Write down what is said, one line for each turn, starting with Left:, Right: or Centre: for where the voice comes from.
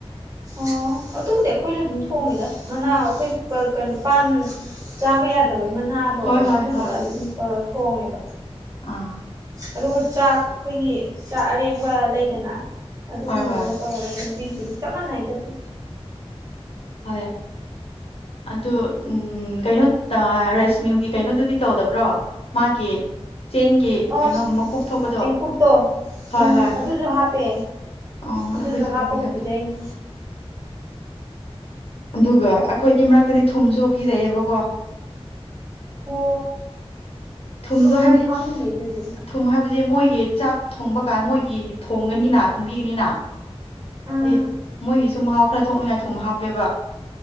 Right: ꯑꯣ ꯑꯗꯨꯕꯨꯗꯤ ꯑꯩꯈꯣꯏꯁꯨ ꯑꯗꯨꯝ ꯊꯣꯡꯉꯤꯗ ꯃꯅꯥ ꯑꯩꯈꯣꯏ ꯀꯩꯅꯣ ꯄꯥꯟ ꯆꯥꯕ ꯌꯥꯗꯕꯩ ꯃꯅꯥꯗꯣ
Left: ꯍꯣꯏ
Right: ꯑꯗꯨꯒꯨꯝꯕꯒ
Left: ꯍꯣꯏ ꯍꯣꯏ
Right: ꯑꯗꯨ ꯑꯗꯨꯝ ꯇꯧꯔ ꯊꯣꯡꯉꯦꯕ
Left: ꯑꯥ
Right: ꯑꯗꯨꯒ ꯆꯥꯛ ꯑꯩꯈꯣꯏꯒꯤ ꯆꯥꯛ ꯑꯔꯦꯝꯕ ꯂꯩꯗꯅ ꯑꯗꯨꯒꯨꯝꯕꯒ
Left: ꯍꯣꯏ ꯍꯣꯏ
Right: ꯇꯧꯔꯒ ꯑꯗꯨꯝ ꯄꯗꯤ ꯆꯞꯃꯅꯩꯗ ꯑꯗꯨ
Left: ꯍ‌ꯣꯏ ꯑꯗꯨ ꯎꯝ ꯀꯩꯅꯣ ꯔꯥꯏꯁ ꯃꯤꯜꯒꯤ ꯀꯩꯅꯣꯗꯨꯗꯤ ꯇꯧꯗꯕ꯭ꯔꯣ ꯃꯥꯒꯤ ꯆꯦꯡꯒꯤ
Right: ꯑꯣ
Left: ꯀꯩꯅꯣ ꯃꯀꯨꯞ ꯊꯣꯛꯄꯗꯣ
Right: ꯆꯦꯡꯀꯨꯞꯇꯣ
Left: ꯍꯣꯏ
Right: ꯎꯝ
Left: ꯍꯣꯏ
Right: ꯑꯗꯨꯁꯨ ꯍꯥꯞꯄꯦ
Left: ꯑꯣ ꯑꯩꯈꯣꯏꯁꯨ
Right: ꯑꯗꯨꯁꯨ ꯍꯥꯞꯄꯒ
Left: ꯗꯨꯗꯤ ꯍꯥꯥꯞꯄ‌ꯦ
Right: ꯄꯤꯖꯩꯅꯤ
Left: ꯑꯗꯨꯒ ꯑꯩꯈꯣꯏꯗꯤ ꯃꯔꯛꯇꯗꯤ ꯊꯨꯝꯁꯨ ꯑꯣꯞꯄꯤꯤꯖꯩꯌꯦꯕꯀꯣ
Right: ꯑꯣ
Left: ꯊꯨꯝꯗꯣ
Right: ꯁꯨꯝꯗꯤ
Left: ꯍꯥꯏꯕꯗꯤ
Right: ꯈꯪꯗꯌꯦ ꯑꯗꯨꯗꯤ
Left: ꯊꯨꯝ ꯍꯥꯏꯕꯗꯤ ꯃꯣꯏꯒꯤ ꯆꯥꯛ ꯊꯣꯡꯕ ꯀꯥꯟ ꯃꯣꯏꯒꯤ ꯊꯣꯡꯒꯅꯤꯅ ꯊꯣꯡꯕꯤꯒꯅꯤꯅ
Right: ꯎꯝ
Left: ꯑꯦ ꯃꯣꯏꯒꯤꯁꯨ ꯃꯍꯥꯎ ꯈꯔ ꯊꯣꯛꯅꯤꯡꯉꯥꯏ ꯊꯨꯝ ꯍꯥꯞꯄꯦꯕ